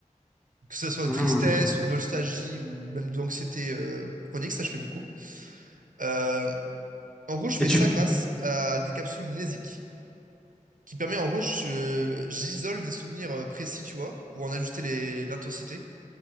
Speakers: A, on the right; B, in the centre.
A: Que ce soit
B: Hmm.
A: tristesse ou nostalgie ou même de l'anxiété euh, chronique, ça je fais beaucoup. Euh, en gros, je fais
B: Et tu...
A: ça
B: f-
A: grâce à des capsules mnésiques qui permet, en gros, je- j'isole des souvenirs euh, précis, tu vois, pour en ajuster les- l'intensité.